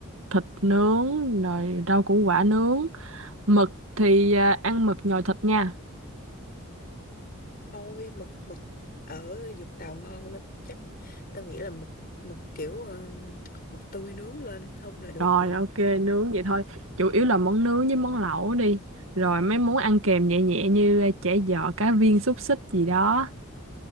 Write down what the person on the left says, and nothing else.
thôi mực mực ở Vũng Tàu ngon lắm chắc tao nghĩ là mực mực kiểu um, mực tươi nướng lên không là được
rồi